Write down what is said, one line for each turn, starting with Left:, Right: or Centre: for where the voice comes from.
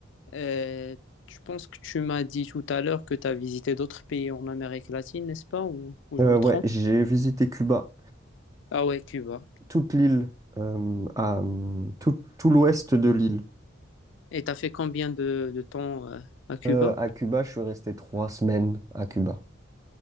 Left: euh, je pense que tu m'as dit tout à l'heure que tu as visité d'autres pays en Amérique latine, n'est-ce pas? Ou, ou je
Right: Euh,
Left: me
Right: ouais,
Left: trompe?
Right: j'ai visité Cuba,
Left: Ah ouais, Cuba.
Right: toute l'île, euh, à, euh, tout, tout l'ouest de l'île.
Left: Et tu as fait combien de, de temps, euh, à Cuba?
Right: Euh, à Cuba, je suis resté trois semaines à Cuba.